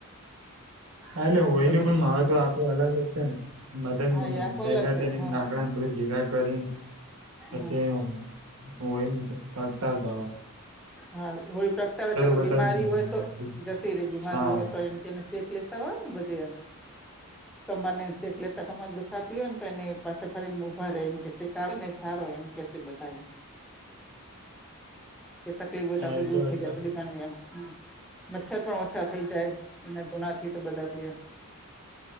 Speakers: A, on the right; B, in the centre.
A: એટલે હોયનું
B: તમે
A: પણ મહત્વ આખું અલગ જ છે ને- મ
B: હા એ આખું
A: ભેગા
B: અલગ છે
A: દે
B: હા
A: લાકડા બધ ભેગા કરી- પછી
B: હા
A: એ હોય તતા દવા-
B: હા હોળી પ્રગટાવે એટલે કોઈ
A: બધા
B: બીમારી હોય તો જતી રે બીમારી
A: હા
B: હોય તો એમ- એને શેક લેતા હોય ને બધું એમ.
A: હા-
B: કમર ને શેક લેતા કમર દુખાતી હોય ને પણ એને પાછા ફરી ને ઊભા રે એમ કે શેક ને સારો એમ- કસે બતાયે- તકલીફ હોય
A: હા
B: તો આપણે
A: એ
B: દૂર થઈ
A: હા
B: જાય તબિ- ઘણી એમ મચ્છર પણ ઓછા થઈ જાય એના ધુનાથી તો બધા થઈ એમ,